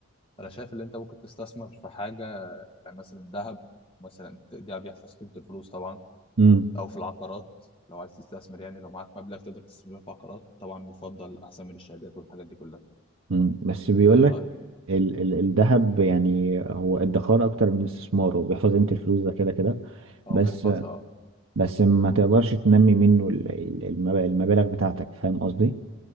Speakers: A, on the left (about 25°); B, on the right (about 75°).
A: أنا شايف إن أنت ممكن تستثمر في حاجة يعني مثلا الذهب مثلا ده بيحفظ قيمة الفلوس طبعا
B: امم
A: أو في العقارات لو عايز تستثمر يعني لو معاك مبلغ تقدر تستثمره في عقارات طبعا يفضل أحسن من الشهادات والحاجات دي كلها
B: مم. بس بيقول
A: أنت إيه
B: لك
A: رأيك؟
B: ال ال الذهب يعني هو ادخار اكتر من استثمار هو بيحفظ قيمة الفلوس ده كده كده
A: أه
B: بس
A: بيحفظها أه
B: بس ما تقدرش تنمي منه ال- ال- المب- المبالغ بتاعتك فاهم قصدي